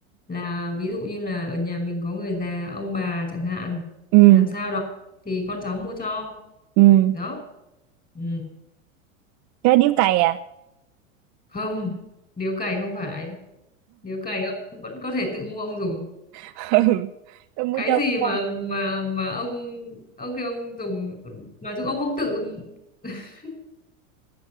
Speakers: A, on the left; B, on the right.
A: là ví dụ như là ở nhà mình có người già ông bà chẳng hạn
B: ừ
A: làm sao đó thì con cháu mua cho
B: ừ
A: đó ừ.
B: cái điếu cày à
A: không điếu cày không phải điếu cày ông vẫn có thể tự mua ông dùng
B: <laughs> ừ tôi mua
A: cái
B: cho
A: gì mà
B: con
A: mà mà ông ông khi ông dùng nói chung ông không tự <laughs>